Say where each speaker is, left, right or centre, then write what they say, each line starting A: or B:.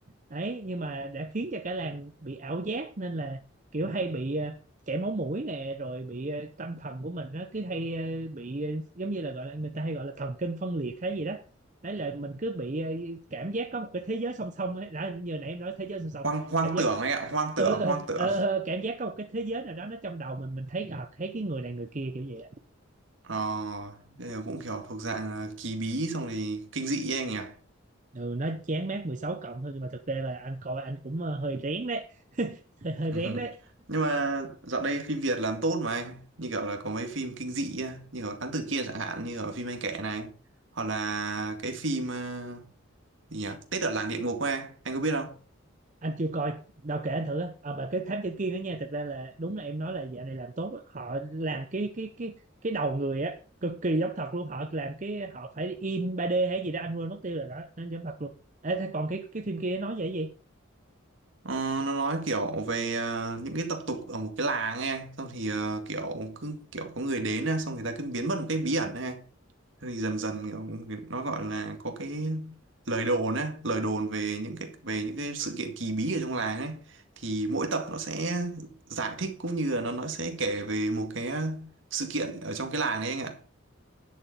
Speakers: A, on the right; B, on the right.
A: đấy nhưng mà đã khiến cho cả làng bị ảo giác nên là kiểu hay bị ờ, chảy máu mũi nè rồi bị ờ, tâm thần của mình nó cứ hay ờ, bị ờ, giống như là gọi là người ta hay gọi là thần kinh phân liệt hay gì đó đấy là mình cứ bị ờ, cảm giác có một cái thế giới song song ấy đã như hồi nãy em nói thế giới song song
B: hoang hoang
A: cảm giác
B: tưởng anh ạ hoang
A: ờ,
B: tưởng
A: ờ,
B: hoang tưởng
A: ờ, ờ, cảm giác có một cái thế giới nào đó nó trong đầu mình mình thấy à, thấy cái người này người kia kiểu vậy á.
B: ờ thế là cũng kiểu thuộc dạng là kỳ bí xong thì kinh dị ấy anh nhỉ
A: ừ, nó chán mát 16 cộng thôi nhưng mà thực ra là anh coi anh cũng ờ, hơi rén đấy <laughs> hơi, hơi
B: <laughs>
A: rén đấy
B: nhưng mà dạo đây phim Việt làm tốt mà anh như kiểu là có mấy phim kinh dị á như kiểu Thám Tử Kiên chẳng hạn như ở phim anh kể này hoặc là cái phim ờ, gì nhỉ Tết ở làng địa ngục ấy anh anh có biết không
A: anh chưa coi đâu kể anh thử á. à, mà cái thám tử kia đó nha thực ra là đúng là em nói là dạo này làm tốt á. họ làm cái cái cái cái đầu người á cực kỳ giống thật luôn họ làm cái họ phải in ba d hay gì đó anh quên mất tiêu rồi đó nó giống thật luôn Ê, thế còn cái cái phim kia nói về cái gì
B: Ờ, nó nói kiểu về ờ, những cái tập tục ở một cái làng ấy anh. xong thì ờ, kiểu cứ kiểu có người đến á, xong người ta cứ biến mất một cái bí ẩn ấy anh. Xong thì dần dần kiểu nó gọi là có cái lời đồn á lời đồn về những cái về những cái sự kiện kỳ bí ở trong làng ấy thì mỗi tập nó sẽ giải thích cũng như là nó nó sẽ kể về một cái ờ, sự kiện ở trong cái làng đấy anh ạ